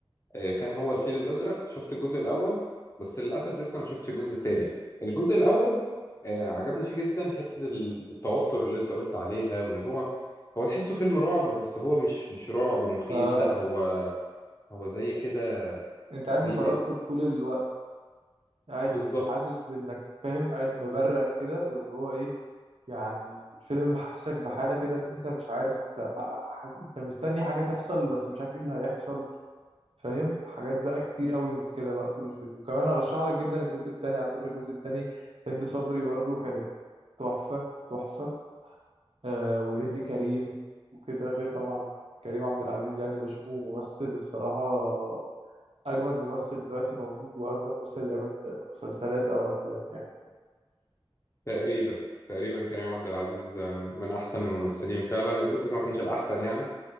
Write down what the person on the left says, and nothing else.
آه، كان هو الفيل الازرق شفت الجزء الاول بس للاسف لسه ما شفتش الجزء الثاني الجزء الاول آه، عجبني فيه جدا حتة التوتر اللي انت قلت عليها وان هو هو تحسه فيلم رعب بس هو مش مش رعب مخيف
لا هو هو زي كده
بي
بي
بالظبط
تقريبا تقريبا كريم عبد العزيز آه، من احسن الممثلين فعلا اذا اذا ما كانش الاحسن يعني